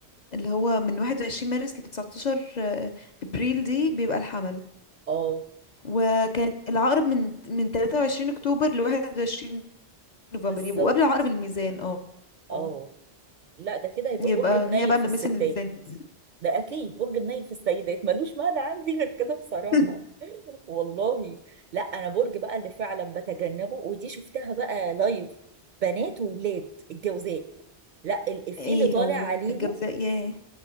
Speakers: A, on the left; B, on the right.
A: اللي هو من 21 مارس ل 19 ابريل دي بيبقى الحمل
B: اه
A: وكان العقرب من من 23 اكتوبر ل 21 نوفمبر
B: بالظبط
A: يبقوا قبل عقرب الميزان اه
B: اه
A: اه.
B: لا ده كده هيبقى
A: يبقى
B: برج منيل
A: هي بقى
B: في
A: ملمسة
B: الستات
A: من الميزان
B: ده اكيد برج منيل في السيدات ملوش معنى عندي غير كده بصراحه
A: <laughs>
B: <laughs> والله لا انا برج بقى اللي فعلا بتجنبه ودي شفتها بقى لايف بنات وولاد الجوزاء لا الافيه
A: ايه
B: اللي طالع
A: هو
B: عليهم
A: الجوزاء ياه